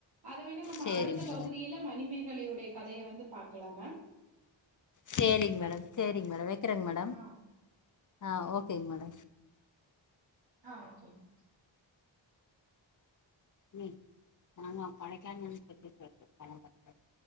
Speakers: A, on the right; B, on the left.
A: அத வேணா நம்ம
B: சேரிங்க
A: அடுத்த
B: மேடம்
A: பகுதியில மணிமேகலையுடைய கதைய வந்து பாக்கலா மேம்
B: சேரிங்க மேடம் சேரிங்க மேடம் வெக்கிறேங்க மேடம்
A: ஆ
B: ஆ ஓகேங்க மேடம்
A: ஆ ஓகேங்க
B: ம் நாங்க கொடைக்கானல் பக்கத்து <inaudible>